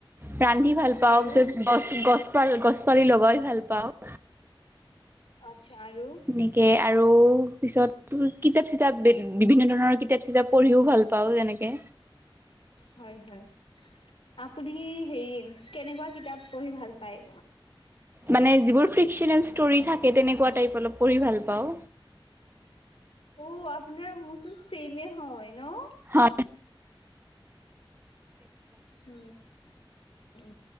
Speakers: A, on the right; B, on the left.
A: ৰান্ধি ভাল পাওঁ
B: আৰু
A: পিছত গছ গছ গছ পালি লগাই ভাল পাওঁ
B: আচ্ছা আৰু
A: এনেকে আৰু পিছত কিতাপ চিতাপ বিভিন্ন ধৰণৰ কিতাপ চিতাপ এ পঢ়িও ভাল পাওঁ যেনেকে
B: হয় হয় আপুনি হেৰি কেনেকুৱা কিতাপ পঢ়ি ভাল পাই
A: মানে যিবোৰ ফ্ৰিকনেল ষ্টৰি থাকে তেনেকুৱ অলপ পঢ়ি ভাল পাওঁ
B: অ আপোনাৰ মোৰচোন চেমে হয় ন
A: হয়
B: উ উ